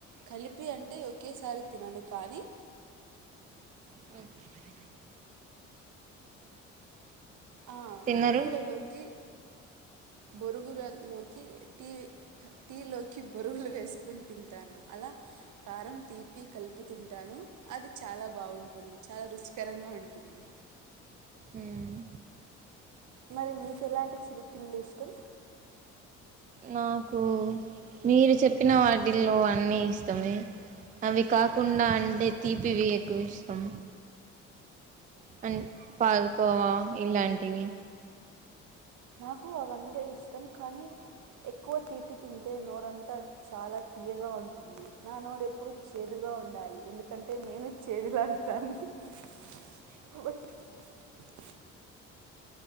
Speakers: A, on the right (about 60°); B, on the right (about 25°).
A: కలిపి అంటే ఒకేసారి తినను కానీ
B: ఓకే
A: ఆ
B: తిన్నారు
A: బొరుగులలోకి బొరుగులలోకి టీ టీలోకి బొరుగులు వేసుకొని తింటాను అలా కారం తీపి కలిపి తింటాను అది చాలా బాగుంటుంది చాలా రుచికరంగా ఉంటుంది
B: హ్మ్మ్
A: మరి మీకు ఎలాంటి చిరుత్తిండ్లు ఇష్టం
B: నాకు మీరు చెప్పిన వాటిల్లో అన్ని ఇష్టమే అవి కాకుండా అంటే తీపివి ఎక్కువ ఇష్టం న్డ్ పాల్కోవా ఇలాంటివి
A: నాకు అవంటే ఇష్టం కానీ ఎక్కువ తీపి తింటే నోరంతా చాలా తీయగా ఉంటుంది నా నోరుప్పుడు చేదుగా ఉండాలి ఎందుకంటే నేను చేదు లాంటి దాన్ని <unintelligible>